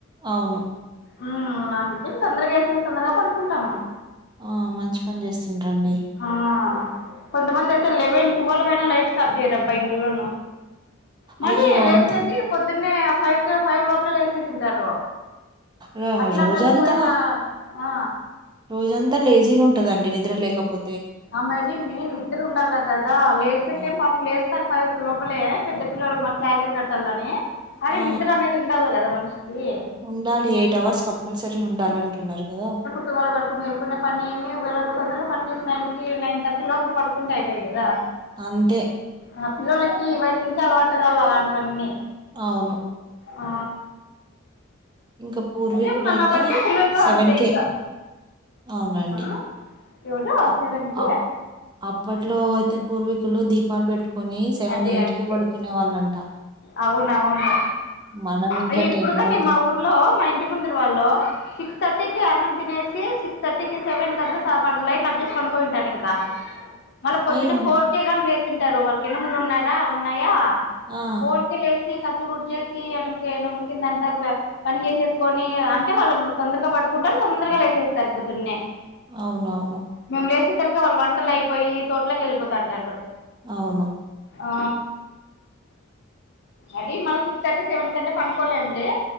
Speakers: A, on the right (about 20°); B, on the left (about 55°).
A: అవును
B: మ్ అందుకే తొందరగా ఏసేసి తొందరగా పడుకుంటాము
A: ఆ మంచి పన్ చేస్తున్రండి
B: ఆ కొంతమంది అయితే లెవెన్ ట్వెల్వ్ అయినా లైట్స్ సబ్జేయరబ్బా ఇండ్లలోనూ మళ్ళీ
A: అయ్యో!
B: లేసేది
A: అంత
B: పొద్దున్నే ఫైవ్ కే ఫైవ్ లోపలే లేసేసింటారు
A: ర
B: అట్లాగనీ
A: రోజంతా
B: ఓయల ఆ
A: రోజంతా లేజీగున్టదండి నిద్ర లేకపో
B: ఆ మేదీ మేన్ నిద్దరున్డాల్ల కదా లేసేకేం
A: ఆ!
B: పాపం లేస్ తర ఫైవ్ కి లోపలే పెద్ద పిల్లోలు మా క్యారిర్ కట్టలని అరే
A: ఆ!
B: నిద్ర అనేది ఉండళ్ల కదా మనిషి ఈ
A: ఉండాలి ఎయిట్ అవర్స్ కంపల్సరీ ఉండాలంటున్నారు కదా
B: టు వల్ వరకు మేల్కొనే పనేమి ఒకవేళ ప తొందరగా పని చేసి నైన్ కే నైన్ థర్టీ లోపల పడుకు కున్టే అయిపయా కదా
A: తంతే
B: ఆ పిల్లోల్లకి ఈ వయసు నుంచి అలవాటు కాళ్ళ అలాంటివన్నీ
A: అవును
B: ఆ
A: ఇంక పూర్వీకులయితే
B: అదే మన బట్టి పిల్లలు
A: సెవెన్
B: అంతే
A: కేె
B: ఇంకా
A: అవునండి
B: అవును ఎవడు
A: అప్
B: సెవెన్కి
A: అప్ అప్పట్లో యితే పూర్వీకులు దీపాలు పెట్టు కొని సెవెన్
B: అదే అదే
A: ఎయిట్కే
B: అంతే
A: పడుకునే వాళ్ళంట
B: అవునవును
A: మనం ఇంకా
B: అయ్యో ఇప్పుడు
A: టెన్ను
B: కానీ మా ఊర్లో మా ఇంటి ముందురు వాళ్ళు సిక్స్ థర్టీ కి అన్నం తినేసి సిక్స్ థర్టీకి సెవెన్ కన్తా సాపట్ లైట్ ఆఫ్ చేసి పనుకొఇంటన్ ఇంకా <inaudible> మళ్ళ పొద్దున్నే
A: అయ్యమ్మ!
B: ఫోర్ కే గాని లేసిన్టారు వాళ్ళ కి ఎనుములున్నారా ఉన్నాయా
A: ఆ!
B: ఫోర్ కే లేసి కసులుడ్చేేసి ఎడంకే ఎనుముల్కిందంతా ఇట్ల పని చేసేసుకొని అంటే వాళ్ళు తొందరగా పడుకుంటారు తొందరగా లేసేస్తారు పొద్దున్నే
A: అవునవును
B: మేము లేసే సరికే వాళ్ళు వంటలు అయిపోయి తోట్లోకి ఎళ్ళిపోతాంటరు
A: అవును
B: ఆ అది మళ్ళ సిక్స్త్ థర్టీ సెవెన్ కంటే పనుకోలేంలే